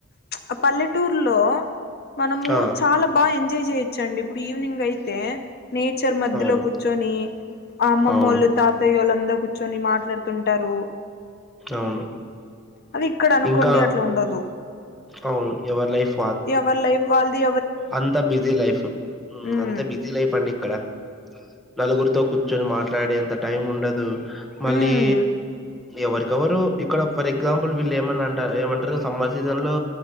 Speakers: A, on the left (about 50°); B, in the centre.
A: ప్చ్ ఆ పల్లెటూరులో మనమూ
B: ఆ
A: చాలా బాగా ఎంజాయ్ చేయొచ్చు అండి. ఇప్పుడు ఈవినింగ్ అయితే, నేచర్ మధ్యలో
B: అవును
A: కూర్చొనీ ఆ అమ్మమ్మోళ్ళు
B: అవును
A: తాతయ్య ఓళ్ళందరు కూర్చొని మాట్లాడుతుంటారూ.
B: అవును
A: అది ఇక్కడ అనుకోండి
B: ఇంకా
A: అట్లా ఉండదు.
B: అవును ఎవర్ లైఫ్
A: ఎవర్ లైఫ్ వాళ్ది.
B: అంతా బిజీ లైఫ్. మ్మ్
A: ఉమ్
B: అంతా బిజీ లైఫ్ అండి ఇక్కడా. నలుగురితో కూర్చొని మాట్లాడే అంత టైం ఉండదూ. మళ్ళీ
A: ఉమ్
B: ఎవరికి ఎవరూ. ఇక్కడ ఫర్ ఎగ్జాంపుల్ వీళ్ళు ఏమంట ఏమంటారు. సమ్మర్ సీజన్ లో